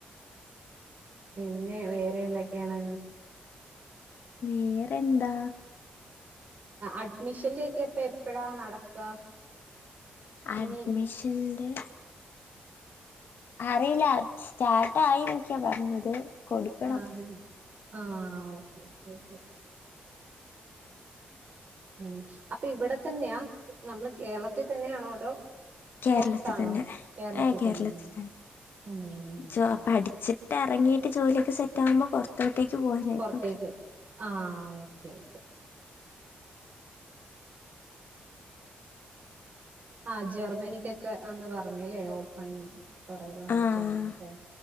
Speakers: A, on the right; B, on the left.
A: പിന്നെ വേറെ എന്തൊക്കെയാണ്
B: വേറെന്താ
A: അഡ്മിഷന്റെ ഒക്കെപ്പ എപ്പഴാ നടക്കുക
B: അഡ്മിഷന്റെ
A: ഇനി
B: അറിയില്ല സ്റ്റാർട്ട് ആയിന്നൊക്കെയാ പറഞ്ഞത് കൊടുക്കണം
A: ആഹ് ആഹ് ആഹ് ഓക്കെ ചോയ്ക്ക ഉം അപ്പൊ ഇവിടെ തന്നെയാ നമ്മള് കേരളത്തിൽ തന്നെയാണോ അതോ
B: കേരളത്തിൽ
A: പുറത്താണോ
B: തന്നെ ഏ കേരളത്തിൽ
A: തന്നെയാണ്
B: തന്നെ
A: ഉം
B: ജോ പഠിച്ചിട്ട് ഇറങ്ങിയിട്ട് ജോലിയൊക്കെ സെറ്റ് ആകുമ്പോ പുറത്തോട്ടേക്ക് പോവാനായിരുന്നു
A: പുറത്തേക്ക്
B: പ്ലാൻ
A: ആഹ് ഓക്കെ ഓക്കെ ആ ജർമ്മനിക്കൊക്കെ അന്ന് പറഞ്ഞില്ലേ ഓപ്പണിങ്ങ് കൊറെ വന്നിട്ടുണ്ടന്നൊക്കെ
B: ആഹ്